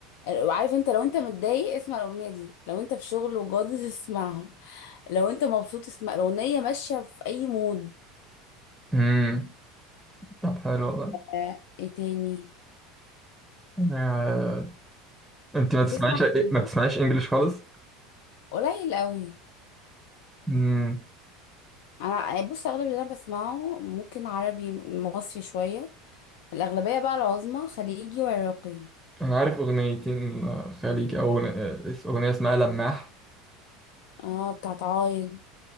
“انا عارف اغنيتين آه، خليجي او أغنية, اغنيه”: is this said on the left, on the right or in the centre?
Centre